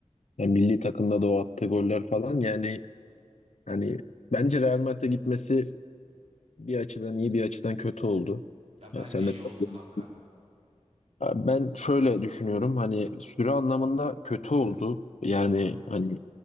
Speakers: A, on the left (about 70°); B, on the right (about 65°).
A: Ya, milli takımda da o attığı goller falan yani hani bence Real Madrid'e gitmesi bir açıdan iyi bir açıdan kötü oldu.
B: Ya
A: Yani
B: bence
A: sen
B: iyi
A: de katılıyorsun.
B: oldu kanka.
A: Ee, Ben şöyle düşünüyorum hani süre anlamında kötü oldu. Yani
B: Haha.
A: hani